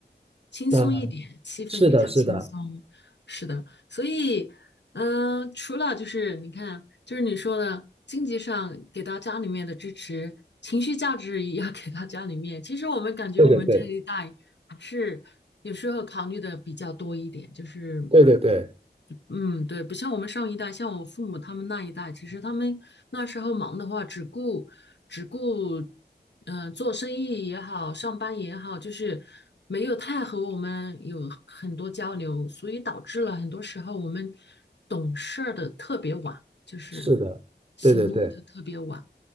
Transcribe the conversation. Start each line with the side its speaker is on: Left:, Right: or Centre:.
Left: 轻松一点，
Right: 那
Left: 气氛比较轻松。
Right: 是的，是的，
Left: 是的，所以，嗯、除了就是你看，就是你说的经济上给到家里面的支持，情绪价值也要给到家里面。其实我们感觉我们这一代还是有时候考虑的比较多一点，
Right: 对对对，
Left: 就是
Right: 对对对，
Left: 嗯，对，不像我们上一代，像我父母他们那一代，其实他们那时候忙的话，只顾只顾，嗯、做生意也好，上班也好，就是没有太和我们有很多交流，所以导致了很多时候我们懂事儿的特别晚，就是
Right: 是的，
Left: 醒悟的特别晚。
Right: 对对对，